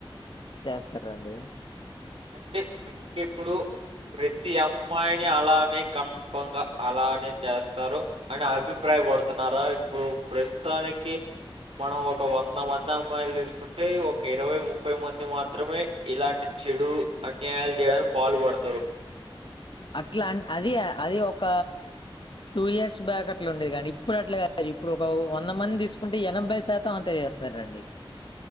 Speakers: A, on the left; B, on the right.
A: చేస్తారండి
B: అంటే మీరు ఇప్పుడు ప్రతి అమ్మాయిని అలానే కన్ఫర్మ్ గా అలానే చేస్తారు. ఆడ అభిప్రాయ పడుతున్నారా, ఇప్పుడు ప్రస్తుతానికి మనం ఒక వంద మంది అమ్మాయిలు తీసుకుంటే, ఒక ఇరవై ముప్పై మంది మాత్రమే ఇలాంటి చెడు అన్యాయాలు చేయడానికి పాలు పడతారు.
A: అట్లాం అవి ఆ అది ఒక టూ ఇయర్స్ బ్యాక్ అట్ల ఉండేది కానీ, ఇప్పుడు అట్ల కాదు, ఇప్పుడు ఒక వంద మంది తీసుకుంటే ఎనభై శా శాతం అంతే చేస్తారండి.